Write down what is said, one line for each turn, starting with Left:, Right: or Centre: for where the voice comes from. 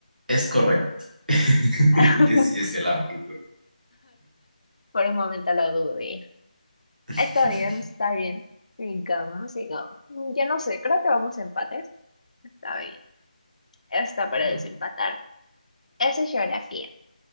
Right: es correcto. <laughs>
Left: <laughs>
Right: Sí, es el árbitro.
Left: Por un momento lo dudé.
Right: <laughs>
Left: Está bien, está bien. Sigamos, sigamos. Ya no sé, creo que vamos a empates. Está bien. Está para
Right: No,
Left: desempatar. Esa es geografía.